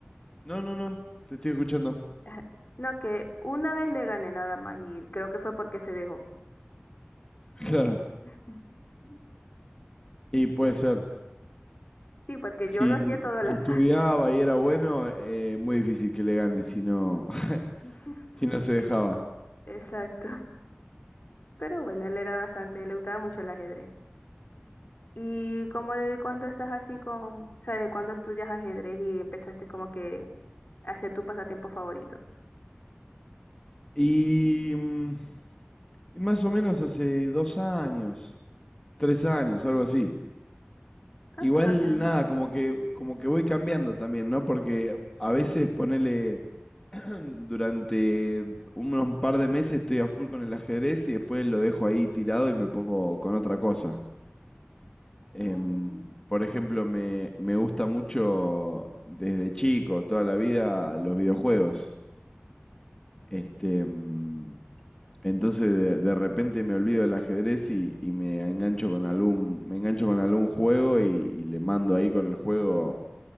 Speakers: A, on the left; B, on the left.
A: No, no, no. Te estoy escuchando.
B: <laughs> no, que una vez le gané nada más y creo que fue porque se dejó.
A: <laughs> Claro.
B: <laughs>
A: Y puede
B: Eh,
A: ser.
B: Sí, porque yo
A: Si,
B: lo hacía todo
A: si
B: al azar.
A: estudiaba y era bueno, eh, muy difícil que le gane si no, <laughs>
B: <laughs>
A: si no se dejaba.
B: Exacto. Pero bueno, él era bastante, le gustaba mucho el ajedrez. ¿Y como desde cuándo estás así con, o sea, desde cuándo estudias ajedrez y empezaste como que a hacer tu pasatiempo favorito?
A: Y, mm, y más o menos hace dos años, tres años, algo así.
B: Ah,
A: Igual
B: pero no tienes
A: nada,
B: mucho.
A: como que, como que voy cambiando también, ¿no? Porque a veces ponele <clears throat> durante unos par de meses estoy a full con el ajedrez y después lo dejo ahí tirado y me pongo con otra cosa. Em,
B: Mm,
A: por ejemplo, me, me gusta mucho desde chico, toda la vida, los videojuegos. Este, em, entonces de, de repente me olvido del ajedrez y, y me engancho con algún, me engancho con algún juego y, y le mando ahí con el juego